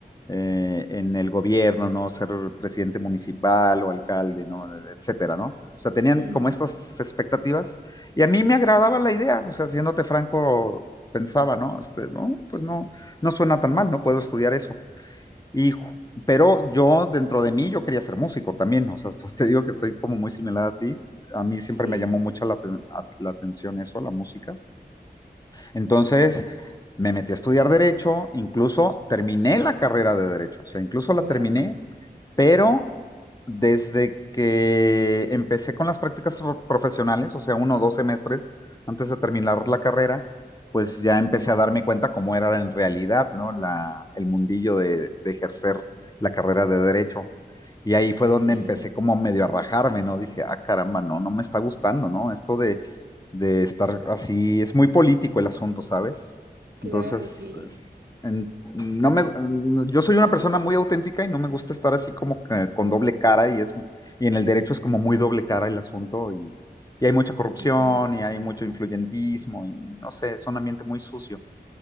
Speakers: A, on the left (about 20°); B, on the right (about 75°).
A: eh, en el gobierno, ¿no? Ser presidente municipal o alcalde, ¿no? Etcétera, ¿no? O sea, tenían
B: mm.
A: como estas expectativas y a mí me agradaba la idea, o sea, siéndote franco, pensaba, ¿no? Este, no, pues no, no suena tan mal, no puedo estudiar eso y, pero yo, dentro de mí, yo quería ser músico también, o sea, <laughs> pues te digo que estoy como muy similar a ti. A mí siempre
B: Sí,
A: me llamó mucho la, aten- a- la atención eso, la música. Entonces, me metí a estudiar derecho, incluso terminé la carrera de derecho, o sea, incluso
B: Wow.
A: la terminé, pero desde que empecé con las prácticas pro- profesionales, o sea, uno o dos semestres antes de terminar la carrera, pues ya empecé a darme cuenta cómo era en realidad, ¿no? La, el mundillo de, de ejercer la carrera de derecho. Y ahí fue
B: sí,
A: donde empecé como medio a rajarme, ¿no? Dije, ah, caramba, no, no me está gustando, ¿no? Esto de de estar así, es muy político el asunto, ¿sabes?
B: claro,
A: Entonces,
B: sí.
A: es- en- no me, n- yo soy una persona muy auténtica y no me gusta estar así como que con doble cara y es, y en el derecho es como muy doble cara el asunto y, y hay mucha corrupción
B: No, sí.
A: y hay mucho influyentismo y no sé, es un ambiente muy sucio.